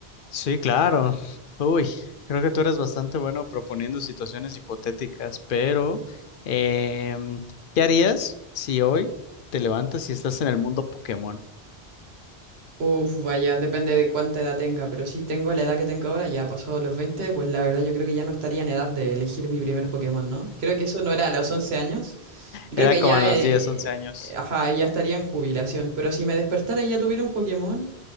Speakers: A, on the left (about 60°); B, on the right (about 75°).
A: Sí, claro. Uy, creo que tú eres bastante bueno proponiendo situaciones hipotéticas, pero em, ¿qué harías si hoy te levantas y estás en el mundo Pokémon?
B: Uf, vaya, depende de cuánta edad tenga, pero si tengo la edad que tengo ahora, ya pasado los 20, pues la verdad yo creo que ya no estaría en edad de elegir mi primer Pokémon, ¿no? Creo que eso no era a los 11 años y
A: Era
B: creo que
A: como
B: ya,
A: a los
B: eh,
A: diez, once años.
B: ajá, ya estaría en jubilación, pero si me despertara y ya tuviera un Pokémon...